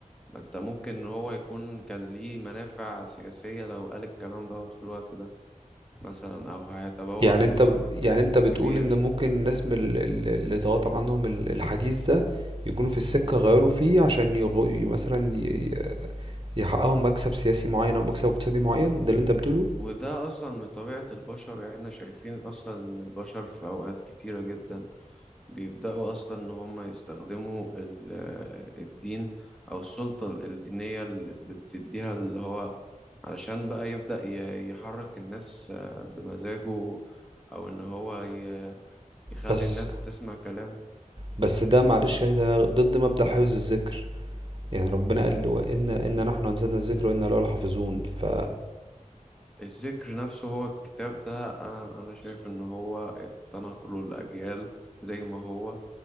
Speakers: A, in the centre; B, on the right.
A: ما انت ممكن هو يكون كان ليه منافع سياسية لو قال الكلام دوت في الوقت ده مثلا او هيتبوأ
B: يعني انت
A: دور
B: ب- يعني انت بتقول
A: كبير
B: ان ممكن الناس من ال- ال- اللي تواتر عنهم ال- الحديث ده يكونوا في السكة غيروا فيه عشان يغ... ي- مثلا ي- ي- يحققوا مكسب سياسي معين او مكسب اقتصادي معين ده اللي انت بتقوله
A: وده أصلا من طبيعة البشر يعني احنا شايفين أصلا إن البشر في أوقات كتيرة جدا بيبدأوا أصلا إن هما يستخدموا ال- آه، الدين أو السلطة الدينية اللي بتديها اللي هو علشان بقى يبدأ ي- يحرك الناس آه، بمزاجه أو إن هو ي- يخلي
B: بس
A: الناس تسمع كلامه
B: بس ده معلش ده ضد مبدأ حفظ الذكر يعني ربنا قال وإن إن نحن أنزلنا الذكر وإنا له لحافظون ف
A: الذكر نفسه هو الكتاب ده أنا أنا شايف إن هو التنقل الأجيال زي ما هو